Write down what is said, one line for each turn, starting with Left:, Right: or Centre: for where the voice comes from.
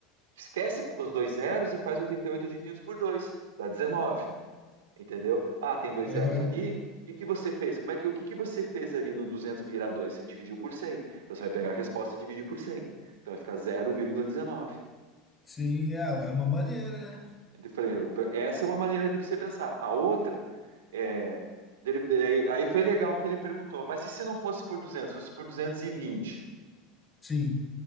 Right: Esquece os dois zeros e faz o 38 divididos por 2 dá 19, entendeu? Ah, tem dois
Left: Aham.
Right: zeros ali. O que que você fez? Como é que o que que você fez ali no 200 virar dois Você dividiu por cem Então você vai pegar a resposta e dividir por cem Então vai ficar 0,19.
Left: Sim, é, é uma maneira, né?
Right: Então eu falei, essa é uma maneira de você pensar. A outra é dele- daí- aí foi legal que ele perguntou, mas e se não fosse por 200, fosse por 220?
Left: Sim.